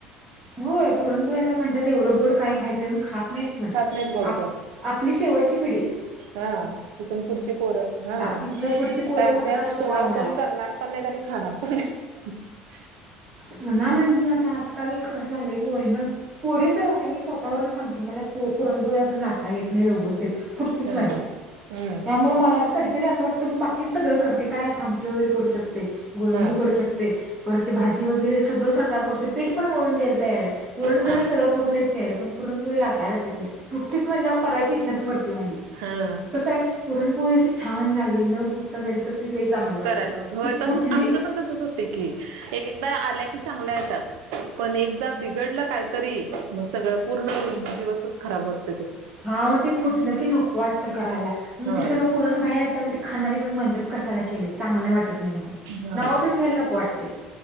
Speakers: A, on the right (about 15°); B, on the right (about 80°).
A: होय पुरणपुळ्याला म्हणतात एवढं गोड काय खायचं मग खात - नाहीत पण
B: खात नाहीत गोड
A: आप
B: कोण
A: आपली शेवटची पिढी -
B: हा येथून पुढची पोर हा
A: इथनं पुढची पोरं
B: आता आमचा
A: म्हणणार नको
B: सुनाव
A: आम्हाला
B: कोण करणार पण नाही त्या - खाणार पण हाय. <unintelligible>
A: जुना म्हणजे आता आजकाल कसं झालंय पोरींन चालवते मी स्वतःवर सांगते मला पो - पुरणपोळ्या अजून लाटा येत नाही व्यवस्थित! पुटतीच
B: हा
A: माझी
B: हम्म
A: त्यामुळे मला कधी- कधी असं वाटतं मी बाकीच - सगळं करते काय आमटी वगैरे करू शकते गोळवणी
B: हा
A: करू शकते. परत ते भाजी वगैरे सगळं प्रकार करू शकते पीठ पण मळून द्यायला तयार आहे पुरण बिरण
B: हा
A: सगळं करून द्यायची तयारी आहे. पण पुरणपोळी लाटायलाच येत नाही फुटतीच म्हणजे करायची इच्छा मरते. ती माझी
B: हा
A: कस आहे पुरणपोळी अशी छान झाली न फुटता झाली तर! ती लई चांगली वाटते
B: करायलात हो
A: ती
B: तसंच
A: फुटली
B: आमचं पण तसच होत की - एक एकदा आल्या की चांगल्या येतात. पण एकदा बिघडलं काहीतरी मग सगळं पूर्ण दिवसच खराब होत.
A: हा मग ते फुटलं की नको वाटतं करायला मग
B: होय
A: ते सगळं पुरण बाहेर येतं मग ती खाणारी - मग म्हणतात कशला केले चांगले वाटत नाही मग
B: हा
A: नाव ठेवून घ्यायला नको वाटते.